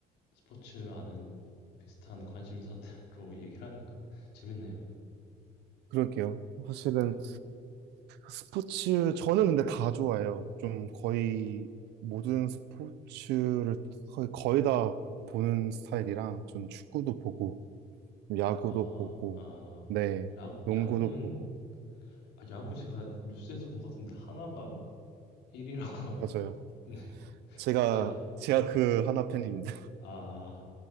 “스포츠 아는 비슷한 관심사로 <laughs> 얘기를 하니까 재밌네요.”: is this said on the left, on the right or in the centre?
Left